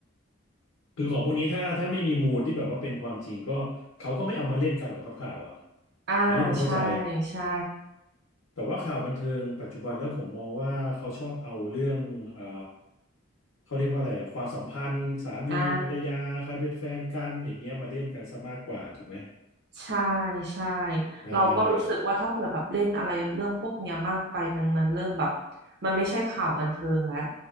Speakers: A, on the left; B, on the right.
A: คือของพวกนี้ถ้าถ้าไม่มีมูลที่แบบว่าเป็นความจริงก็เขาก็ไม่เอามาเล่นกันหรอกครับข่าวอ่ะ
B: อ่าใช่
A: อันนี้ผมเข้าใจ
B: ใช่
A: แต่ว่าข่าวบันเทิงปัจจุบันแล้วผมมองว่าเขาชอบเอาเรื่องอ่าเขาเรียกว่าอะไรอ่ะความสัมพันธ์สามีภรรยาใครเป็นแฟนกันอย่างเงี้ยมาเล่นกันซะมากกว่าถูกไหม
B: อ่าใช่ใช่
A: อ่า
B: เราก็รู้สึกว่าถ้าเผื่อแบบเล่นอะไรเรื่องพวกเนี้ยมากไปมันมันเริ่มแบบมันไม่ใช่ข่าวบันเทิงแล้ว